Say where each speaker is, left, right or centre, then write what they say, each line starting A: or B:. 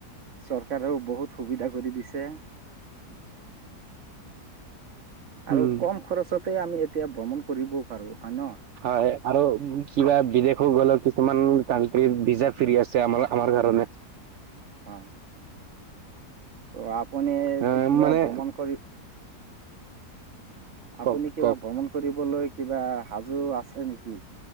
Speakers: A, on the right; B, on the right.
A: চৰকাৰেও বহুত সুবিধা কৰি দিছে। <inaudible> আৰু
B: উম।
A: কম খৰচতে আমি এতিয়া ভ্ৰমণ কৰিবও পাৰো। হয় ন
B: হয় আৰু কিবা বিদেশো গ'লে কিছুমান কানট্ৰিৰ ভিজা ফ্ৰী আছে আমাৰ আমাৰ কাৰণে।
A: হ, ত' আপুনি
B: আহ
A: কিবা
B: মানে
A: ভ্ৰমণ কৰি আপুনি
B: কওক
A: কিবা
B: কওক
A: ভ্ৰমণ কৰিবলৈ কিবা সাজু আছে নেকি